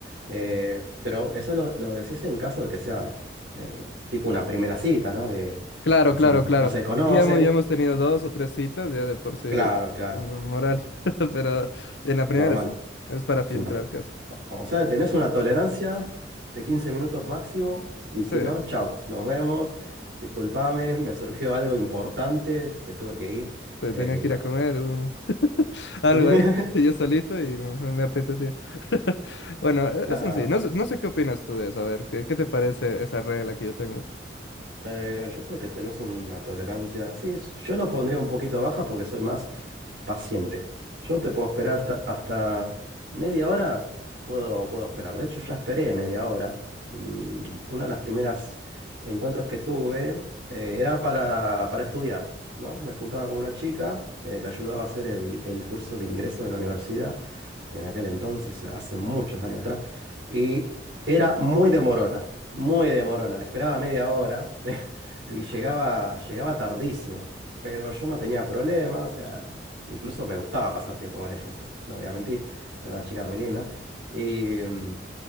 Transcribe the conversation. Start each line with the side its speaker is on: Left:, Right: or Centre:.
Right: Eh, pero eso lo, lo decís en caso de que sea eh, tipo una primera cita, ¿no? Que,
Left: Claro,
Right: que o
Left: claro,
Right: sea, no se,
Left: claro.
Right: no se conocen.
Left: Sí, ya hemos, ya hemos tenido dos o tres citas, ya de por sí,
Right: Claro, claro.
Left: no moral. <laughs> Pero sí, en la
Right: Normal.
Left: primera sí. Es para filtrar
Right: Sí, no, pero-
Left: casi.
Right: o o sea, tenés una tolerancia de 15 minutos máximo y si
Left: Sí.
Right: no, chao, nos vemos. Disculpame, me surgió algo importante, me tuve que ir.
Left: Entonces
Right: eh,
Left: tenía que
Right: y bueno.
Left: ir a comer un- <laughs> algo
Right: <laughs>
Left: ahí, <laughs> yo solito y me me apetecía. <laughs> Bueno, e-
Right: No,
Left: eso en sí, no sé, no sé qué opinas tú de eso, a ver, ¿qué, qué te parece esa regla que yo tengo?
Right: Eh, yo creo que tenés una tolerancia. Sí, s- yo lo pondría un poquito baja porque soy más paciente. Yo te puedo esperar hasta, hasta media hora. Puedo, puedo esperar. De hecho, ya esperé media hora. Mm, una de las primeras encuentros que tuve eh, era para, para estudiar, ¿no? Me juntaba con una chica, eh, le ayudaba a hacer el, el curso de ingreso de la universidad en aquel entonces, hace muchos años atrás. y era muy demorona, muy demorona. La esperaba media hora <laughs> y llegaba, llegaba tardísimo. Pero yo no tenía problema, o sea, incluso me gustaba pasar tiempo con ella, o sea, no voy a mentir. Era una chica muy linda. Y mm,